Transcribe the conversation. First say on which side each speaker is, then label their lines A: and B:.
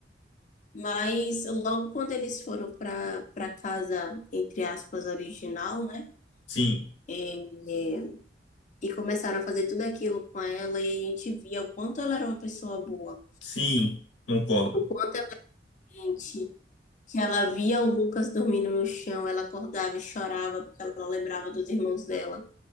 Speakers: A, on the left (about 45°); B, on the left (about 75°).
A: Mas logo quando eles foram para para casa, entre aspas, original, né?
B: Sim,
A: É, é, e começaram a fazer tudo aquilo com ela, e a gente via o quanto ela era uma pessoa boa.
B: sim, concordo.
A: Quanto a gente, que ela via o Lucas dormindo no chão, ela acordava e chorava porque ela lembrava dos irmãos dela